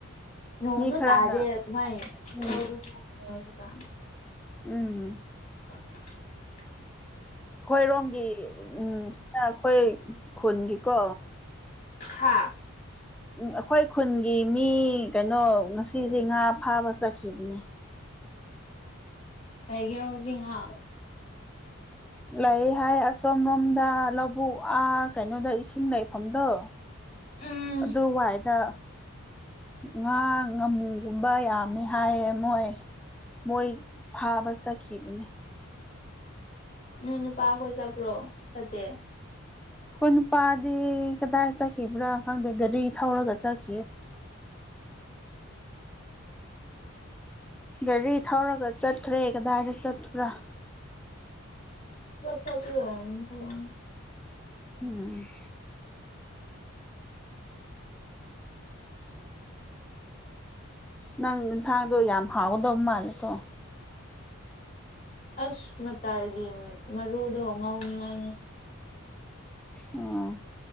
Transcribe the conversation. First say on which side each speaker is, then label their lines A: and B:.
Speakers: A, on the left (about 35°); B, in the centre.
A: ꯅꯣꯡꯁꯨ
B: ꯃꯤ ꯈꯔꯅ
A: ꯇꯥꯗꯦ ꯀꯃꯥꯏ
B: ꯎꯝ
A: ꯂꯧ ꯁꯨꯗꯧꯔꯤꯕ
B: ꯎꯝ
A: <inaudible>
B: ꯍꯣꯏꯔꯣꯡꯒꯤ ꯎꯝ ꯁꯤꯅ ꯑꯩꯈꯣꯏ ꯈꯨꯟꯒꯤꯀꯣ
A: ꯍꯥꯥ
B: ꯑꯩꯈꯣꯏ ꯈꯨꯟꯒꯤ ꯃꯤ ꯀꯩꯅꯣ ꯉꯁꯤꯁꯦ ꯉꯥ ꯐꯥꯕ ꯆꯠꯈꯤꯕꯅꯦ
A: ꯑꯩꯒꯦꯔꯣ ꯍꯧꯖꯤꯛ ꯉꯥ
B: ꯂꯩ ꯍꯥꯏ ꯑꯁꯣꯝ ꯔꯣꯝꯗ ꯂꯧꯕꯨꯛ ꯑꯥ ꯀꯩꯅꯣꯗ ꯏꯁꯤꯡ ꯂꯩꯐꯝꯗꯣ
A: ꯎꯝ
B: ꯑꯗꯨꯋꯥꯏꯗ ꯉꯥ ꯉꯥꯃꯨꯒꯨꯝꯕ ꯌꯥꯝꯃꯦ ꯍꯥꯏꯌꯦ ꯃꯣꯏ ꯃꯣꯏ ꯐꯥꯕ ꯆꯠꯈꯤꯕꯅꯦ
A: ꯅꯣꯏ ꯅꯨꯄꯥ ꯈꯣꯏ ꯆꯠꯄ꯭ꯔꯣ ꯆꯠꯇꯦ
B: ꯑꯩꯈꯣꯏ ꯅꯨꯄꯥꯗꯤ ꯀꯗꯥꯏ ꯆꯠꯈꯤꯕ꯭ꯔꯥ ꯈꯪꯗꯦ ꯒꯥꯔꯤ ꯊꯧꯔꯒ ꯆꯠꯈꯤꯌꯦ ꯒꯥꯔꯤ ꯊꯧꯔꯒ ꯆꯠꯈ꯭ꯔꯦ ꯀꯗꯥꯏꯗ ꯆꯠꯄ꯭ꯔꯥ
A: <inaudible>
B: ꯎꯝ ꯅꯪ ꯁꯥꯗꯣ ꯌꯥꯝ ꯍꯥꯎꯒꯗꯧ ꯃꯥꯜꯂꯦꯀꯣ
A: ꯑꯁ ꯃꯇꯥꯜꯒꯤ ꯃꯔꯨꯗꯣ ꯉꯧꯅꯤꯉꯥꯏꯅꯤ
B: ꯑꯣ